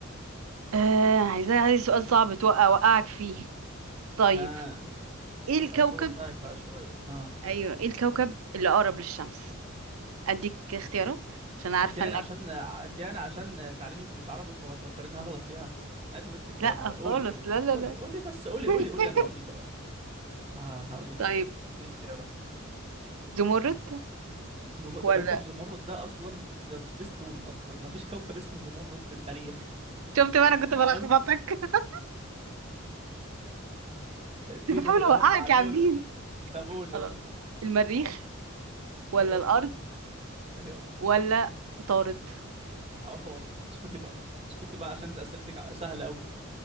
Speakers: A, on the right; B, on the right.
A: آه عايزة عايز سؤال صعب توقع وقعك فيه طيب
B: ها
A: ايه الكوكب
B: اعصر دماغك بقى شوية ها
A: ايوه ايه الكوكب اللي اقرب للشمس اديك اختيارات عشان عارفه
B: انت يعني
A: انك
B: عشان انت يعني عشان تعليمك مش عربي فما تفكريني هغلط فيها عيب يا بنت الكلام
A: لا
B: ده
A: خالص
B: قولي قولي
A: لا لا
B: قولي
A: لا
B: قولي بس قولي
A: <laughs>
B: قولي قولي انا هقول لك دلوقتي ها هقول لك
A: طيب
B: الإجابة اديني اختيارات
A: زمرد
B: زم... ده
A: ولا
B: كوكب زمرد ده اصلا في في سبيس تون اصلا ما فيش كوكب اسمه زمرد في التاريخ
A: شفت
B: <laughs>
A: بقى انا كنت بلخبطك
B: أص...
A: <laughs>
B: اديني
A: كنت بحاول
B: خيارات
A: اوقعك
B: معدولة
A: يا عابدين
B: طب قولي
A: خلاص
B: قولي
A: المريخ ولا
B: ايوه
A: الارض
B: ايوه
A: ولا عطارد
B: عطارد اسكتي بقى اسكتي بقى عشان انت اسئلتك ع- سهلة قوي